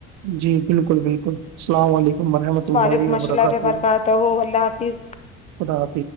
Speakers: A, on the right; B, on the left.
A: جی بالکل بالکل السلام علیکم مرحمت الائی
B: وعلیکم السلام
A: رکھ
B: وبرکاتہ
A: تو
B: اللہ حافظ
A: خد حف